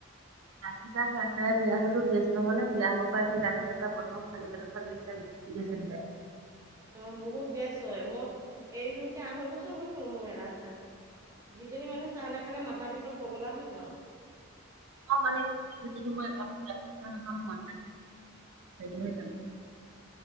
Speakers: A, on the right (about 80°); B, on the right (about 15°).
A: গাখীৰ চাহ খাই খাইয়ে বিয়া হ'লো গেছ নহলে বিয়া হ'ব পৰা এতিয়া গাখীৰ চাহ প্ৰথম খালি পেতট খালে এতিয়া - গেছ হৈ যায়।
B: অ বহুত গেছ হয় মই এৰিলো এতিয়া আঢ়ৈ বছৰ হৈ গল মোৰ এৰা চাহ। যিজনী মানুহ চাহ নাখালে মাথা বিষত পগলা হৈ যাওঁ।
A: অ মানে দিনটোত যদি মই একাপ লাল চাহ নাখাম মথা বিষ হেৰি হৈ যাম।